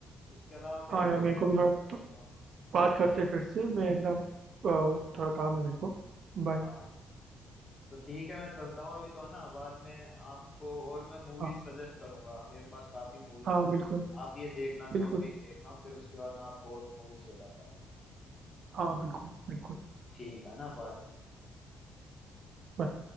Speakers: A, on the left (about 30°); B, on the right (about 60°).
A: उसके अलावा फिर
B: हाँ
A: देखो
B: यार मेरे को भी थोड़ा तो
A: हाँ
B: बात करते हैं फिर से मैं ना अ, थोड़ा काम है मेरे को बाय
A: हाँ तो ठीक है मैं चलता हूँ अभी तो है ना बाद में आपको और मैं मूवीज
B: हाँ
A: सजेस्ट करूंगा मेरे पास काफी मूवीज
B: हाँ
A: है
B: बिल्कुल
A: आप ये देखना
B: बिल्कुल
A: जॉन विक देखना फिर उसके बाद मैं आपको और मूवीज बताता हूँ
B: हाँ बिल्कुल बिल्कुल
A: ठीक है ना बाय
B: Bye.